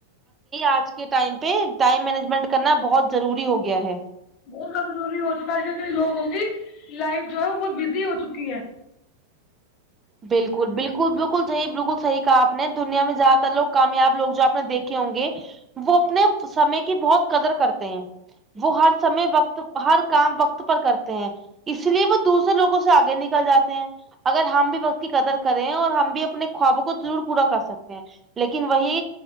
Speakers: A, on the right; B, on the left.
A: آج کے ٹائم پہ ٹائم مینجمنٹ کرنا بہت ضروری ہو گیا ہے
B: بہت ز ضروری ہو چکا ہے ک لوگوںگی لائف جو ہے وہ بہت بزی ہو چکی ہے
A: بالکل بالکل بالکل صحیح بالکل صحیح کہا آپ نے دنیا میں زیادہ تر لو کامیاب لوگ جو آپ نے دیکھے ہوں گے وہ اپنے سمے کی بہت قدر کرتے ہیں وہ ہر سمے وقت ہر کام وقت پر کرتے ہیں اس لیے وہ دوسرے لوگوں سے آگے نکل جاتے ہیں اگر ہم بھی وقت کی قدر کرے ہیں اور ہم بھی اپنے خوابوں کو ضرور پورا کر سکتے ہیں لیکن وہی